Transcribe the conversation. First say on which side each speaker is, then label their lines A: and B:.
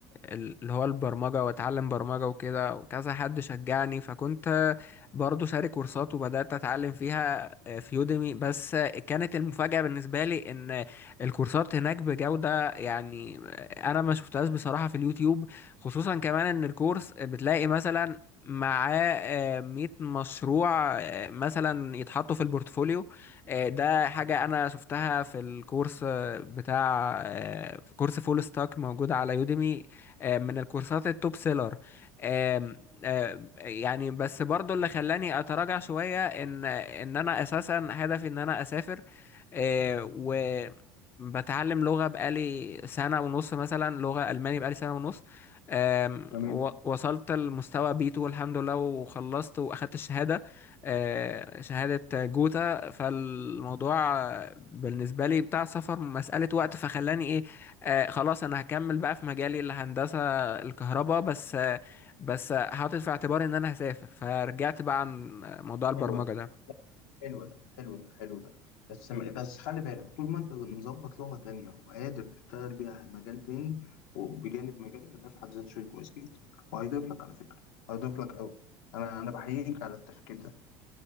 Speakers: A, on the left; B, on the left.
A: ال- اللي هو البرمجة واتعلم برمجة وكده وكذا حد شجعني فكنت برضو شارك كورسات وبدأت اتعلم فيها آه، في يوديمي بس آه، كانت المفاجأة بالنسبة لي ان الكورسات هناك بجودة يعني آه، انا ما شفتهاش بصراحة في اليوتيوب خصوصا كمان ان الكورس بتلاقي مثلا معاه آه، مية مشروع آه، مثلا يتحطوا في البورتفوليو آه، ده حاجة أنا شفتها في الكورس بتاع آه، كورس فول ستاك موجود على يوديمي آه، من الكورسات التوب سيلر آم، آم، يعني بس برضو اللي خلاني اتراجع شوية ان ان انا اساسا هدفي ان انا اسافر آه، و بتعلم لغة بقالي سنة ونص مثلا لغة ألماني بقالي سنة ونص آم،
B: تمام
A: و- وصلت لمستوى بي 2 الحمد لله وخلصت وأخدت الشهادة آه، شهادة جوتا فالموضوع بالنسبة لي بتاع السفر مسألة وقت فخلاني ايه آه خلاص انا هكمل بقى في مجالي الهندسة الكهرباء بس آه بس حاطط في اعتباري ان انا هسافر فرجعت بقى عن موضوع البرمجة
B: حلو
A: ده
B: حلو ده حلو ده حلو ده بس بس خلي بالك طول ما انت مظبط لغة تانية وقادر تشتغل بيها مجال تاني وبجانب مجالك ده في حد ذاته شيء كويس جدا وهيضيف لك على فكرة هيضيف لك قوي انا انا بحييك على التفكير ده